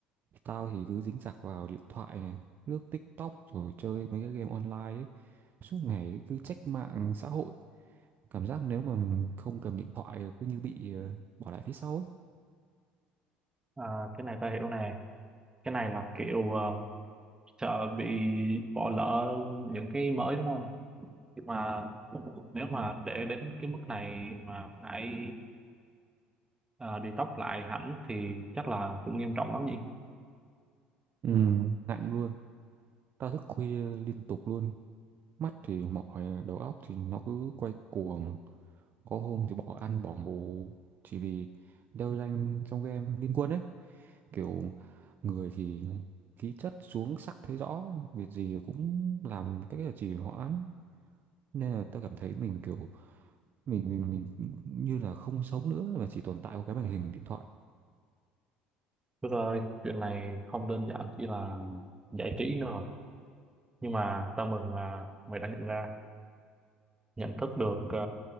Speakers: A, on the right; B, on the right.
A: Tao thì cứ dính chặt vào điện thoại này, lướt TikTok rồi chơi mấy cái game online ấy. Suốt ngày cứ check mạng xã hội. Cảm giác nếu mà mình không cầm điện thoại là cứ như bị ờ, bỏ lại phía sau ấy.
B: À, cái này tao hiểu nè. Cái này là kiểu à, sợ bị bỏ lỡ những cái mới đúng không? Nhưng mà nếu mà để đến cái mức này mà phải à, đi tóc lại hẳn thì chắc là cũng nghiêm trọng lắm nhỉ?
A: Ừ, nặng luôn. Tao thức khuya liên tục luôn. mắt thì mỏi đầu óc thì nó cứ quay cuồng có hôm thì bỏ ăn bỏ ngủ chỉ vì leo rank trong game liên quân ấy kiểu người thì khí chất xuống sắc thấy rõ việc gì cũng làm cái là trì hoãn nên là ta cảm thấy mình kiểu mình mình mình như là không sống nữa mà chỉ tồn tại qua cái màn hình điện thoại
B: Được rồi, chuyện này không đơn giản chỉ là giải trí nữa nhưng mà tao mừng là mày đã nhận ra nhận thức được ờ,